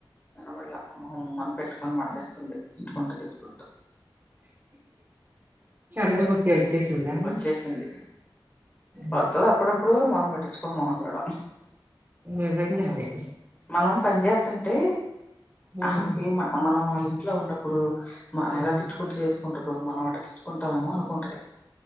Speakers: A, on the left; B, on the right.
A: కనబల్లె మొహం మనం పెట్టుకొని మడతెట్టుకుంటుంది తిట్కుంటూ తిట్కుంటూ
B: చంద్రముఖి వచ్చేసిందా
A: వచ్చేసింది
B: హ్మ్.
A: వస్తది అప్పుడప్పుడు మనం పట్టించుకో మనం కూడా
B: అదే
A: మనం పని చేస్తంటే
B: హ్మ్.
A: అహ మనం వాళ్ళ ఇంట్లో ఉన్నప్పుడు మా
B: హ్మ్.
A: ఎలా తిట్టుకుంటూ చేసుకుంటుందో మనం అట్ట తిట్టుకుంటామేమో అనుకుంటుది